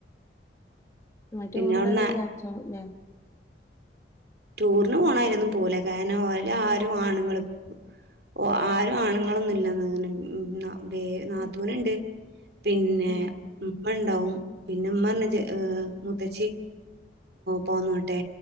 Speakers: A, on the left (about 15°); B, on the right (about 65°).
A: മറ്റേ
B: പിന്നെ
A: ഓർ <unintelligible>
B: അവിടുന്ന് ടൂറിന് പോണായിരൊന്നും പോവൂല കാരണം ഓലാരും ആണുങ്ങള് ഓ ആരും ആണുങ്ങളൊന്നുല്ലന്ന് മ്മ ബേ നാത്തൂന്ണ്ട്
A: ഉം
B: പിന്നെ
A: ഉം
B: മ്മണ്ടാവും പിന്നെ മ്മറ്ഞ്ഞ് ജ മൂത്തച്ചി പോന്നോട്ടെ